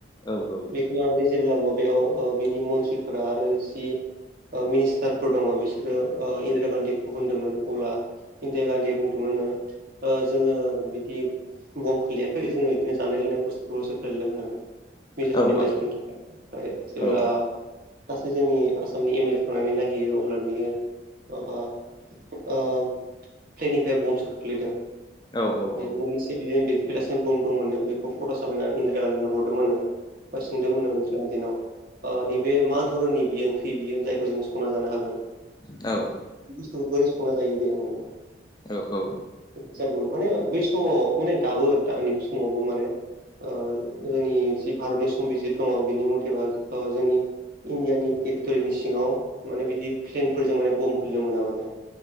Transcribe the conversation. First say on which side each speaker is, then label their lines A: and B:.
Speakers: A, on the left; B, on the right.
A: औ औ
B: खौ लानानै जेब्ला माबयाव ओ बिनि मन्थ्रिफोरा आरो जि ओ मिनिस्टारफोर दङ बिसोरो इन्दिरा गान्धीखौ होनदोंमोन अब्ला इन्दिरा गान्धी बुंदोंमोन नो ओ जोङो बिदि बम खोलैयाखै जोङो बिदिनो जानाय लोंनाय बुस्थुफोरखौसो खोलैदों होननानै मिज'रामनि
A: औ
B: मानसिफोरनि थाखाय जेब्ला
A: औ
B: सासे जोंनि आसामनि एम एल ए थांनानै नायहैयो अब्ला नुयो माबा ओ प्लेननिफ्राय बमसो खोख्लैदों
A: औ औ
B: मोननैसो बिदिनो बे बेलासिम बम दंमोननो बेखौ फट' साबायनानै इन्दिरा गान्धीनो हरदोंमोन नो बा सोंदोंमोन नो बै समाव जेन' ओ नैबे मा धरननि बियो ओंख्रि बियो जायखौ जों संना जानो हागोन
A: औ
B: बुस्थुखौ बोरै संना जायो दे होननानै
A: औ औ
B: जादोंमोन माने बै समाव माने दाबो दा नैबे समावबो माने ओ जोंनि जि भारतनि संबिजित दङ बिनि मथेबा जोंनि इण्डियानि टेरिट'रिनि सिङाव माने बिदि प्लेनफोरजों माने बम खोलैनो मोना माने